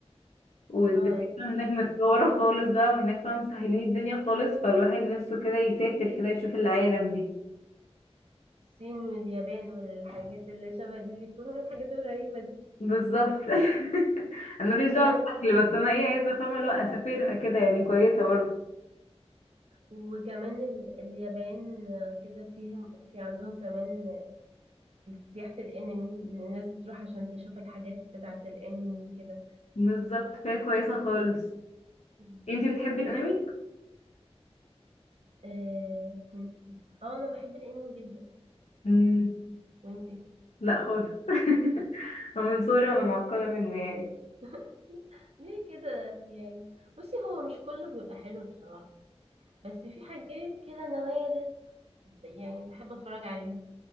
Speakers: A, on the left; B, on the right.
A: والدنيا
B: اه
A: هناك متطورة خالص بقى وهناك بقى مسهلين الدنيا خالص فالواحد نفسه كده يسافر كده يشوف العالم دي
B: الصين واليابان والحاجات اللي شبه دي اللي فيهم الحاجات الغريبة دي
A: بالظبط <laughs> انا ماليش
B: كمان
A: دعوة
B: في
A: بالاكل بس انا ايه عايزة افهمها لو اسافرها كده يعني كويسة برضه
B: وكمان ال... اليابان آه، كده فيهم في عندهم كمان سياحة الانمي ان الناس بتروح عشان تشوف الحاجات بتاعة الانمي وكده
A: بالظبط فهي كويسة خالص
B: مم.
A: انتي بتحبي الانمي؟
B: آه كنت اه انا بحب الانمي جدا
A: مم.
B: وانتي
A: لا خالص <laughs> أنا من صغري وانا معقدة منه يعني
B: <laughs> ليه كده يعني بصي هو مش كله بيبقى حلو بصراحة بس في حاجات كده نوادر ب- يعني بحب اتفرج عليها